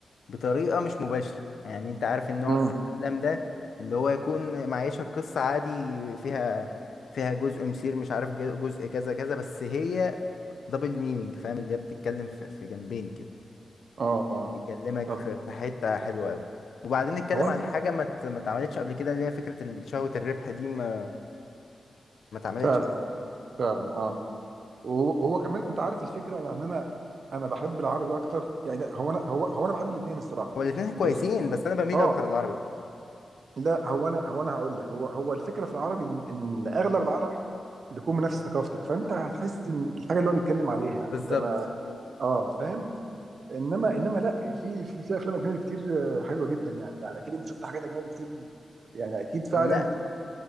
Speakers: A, on the left (about 80°); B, on the right (about 65°).
A: بطريقة مش مباشرة يعني انت عارف النوع
B: امم
A: بتاع الافلام ده اللي هو يكون معيشك قصة عادي فيها فيها جزء مثير مش عارف ج- جزء كذا كذا بس هي دبل مينينج فاهم اللي هي بتتكلم في في جنبين كده
B: اه اه
A: بيكلمك
B: طب
A: في في حتة حلوة قوي وبعدين نتكلم
B: هو
A: عن
B: أنت-
A: حاجة ما ات- ما اتعملتش قبل كده اللي هي فكرة ال- شهوة الربح دي ما ما اتعملتش
B: فعلا
A: قبل
B: فعلا اه وهو وهو كمان انت عارف الفكره يعني انا انا بحب العربي اكتر يعني لا، هو انا هو هو انا بحب الاثنين الصراحه
A: هو الاتنين كويسين
B: بس
A: بس انا بميل
B: اه
A: اكتر للعربي
B: لا هو انا هو انا هقول لك هو هو الفكره في العربي ان, إن اغلب العربي بيكون من نفس ثقافتك فانت هتحس ان الحاجه اللي هو بيتكلم عليها يعني
A: بالظبط
B: انت ما اه فاهم انما انما لا في في في افلام اجنبي كتير آه، حلوه جدا يعني يعني اكيد انت شفت حاجات اجنبي كتير يعني اكيد فعلا
A: لا